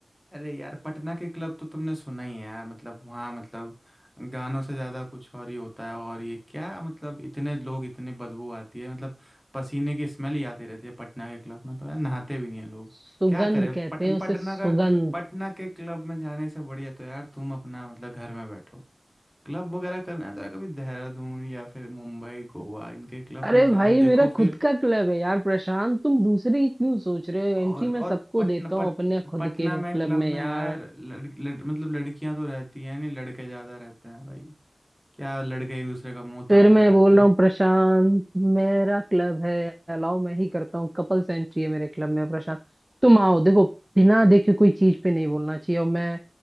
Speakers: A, in the centre; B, on the right.
A: अरे यार पटना के क्लब तो तुमने सुना ही है यार मतलब वहाँ मतलब गानों से ज्यादा कुछ और ही होता है और ये क्या मतलब इतने लोग इतने बदबू आती है मतलब पसीने की स्मेल ही आती रहती है पटना के क्लब में तो यार नहाते भी नहीं है लोग
B: सुगंध
A: क्या करें
B: कहते
A: पट,
B: हैं उसे
A: पटना
B: सुगंध
A: का पटना के क्लब में जाने से बढ़िया तो यार तुम अपना मतलब घर में बैठो क्लब वगैरह करना है तो यार कभी देहरादून या फिर मुंबई गोवा इनके क्लब
B: अरे
A: में जाओ
B: भाई
A: देखो
B: मेरा
A: फिर
B: खुद का क्लब है यार प्रशांत तुम दूसरे ही क्यों सोच रहे हो एंट्री
A: और
B: मैं
A: और
B: सबको
A: पटना
B: देता हूँ
A: पट
B: अपने खुद
A: पटना
B: के
A: में
B: क्लब
A: क्लब
B: में
A: में
B: यार
A: यार लड़, लड़, मतलब लड़कियां तो रहती हैं नहीं लड़के ज्यादा रहते हैं भाई क्या लड़के एक दूसरे का मुंह ताड़ते
B: फिर मैं
A: रहते
B: बोल
A: हैं
B: रहा हूँ प्रशांत मेरा क्लब है अलाउ मैं ही करता हूँ कपल्स एंट्री है मेरे क्लब में प्रशांत तुम आओ देखो बिना देखे कोई चीज पे नहीं बोलना चाहिए और मैं